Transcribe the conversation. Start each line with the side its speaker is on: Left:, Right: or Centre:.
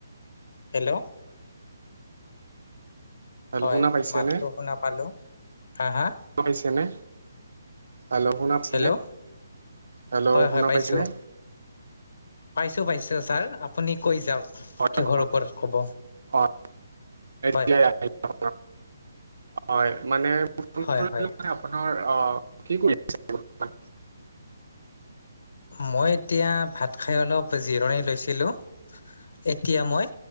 Left: হেল্ল'। হয়
Right: শুনা পাইছেনে?
Left: মাতটো শুনা পালো। হা হা?
Right: পাইছেনে? হেল্ল' শুনা পাইছেনে?
Left: হেল্ল'
Right: হেল্ল'
Left: হয়
Right: শুনা
Left: হয় পাইছো
Right: পাইছেনে?
Left: পাইছো পাইছো ছাৰ। আপুনি কৈ যাওক।
Right: হয়
Left: কিহৰ
Right: হয়
Left: ওপৰত ক'ব
Right: হয় এতিয়া
Left: হয়
Right: অহ। হয় মানে ফন
Left: হয়
Right: কৰিবলৈ
Left: হয়
Right: মানে আপোনাৰ অ', কি কৰি আছে বৰ্তমান?
Left: মই এতিয়া ভাত খাই অলপ জিৰণি লৈছিলোঁ। এতিয়া মই